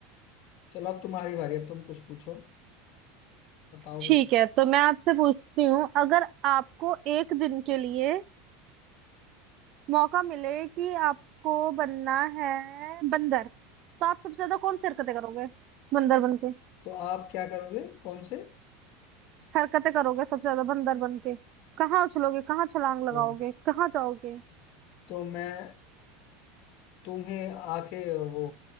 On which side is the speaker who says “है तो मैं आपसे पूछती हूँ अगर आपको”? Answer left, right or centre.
Right